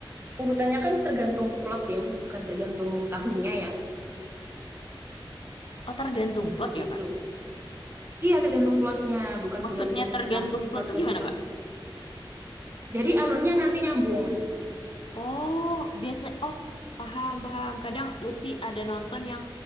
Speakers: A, on the right (about 25°); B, on the left (about 75°).
A: urutannya kan tergantung plot ya, bukan tergantung tahunnya ya.
B: oh tergantung plot
A: Gitu.
B: ya Kak
A: Iya, tergantung plotnya, bukan
B: maksudnya
A: tergantung
B: tergantung
A: tah, bukan
B: plot
A: tergantung
B: tuh gimana
A: tahu.
B: Kak
A: Jadi alurnya nanti nyambung.
B: Oh, biasa. Oh, paham, paham. Kadang Lutfi ada nonton yang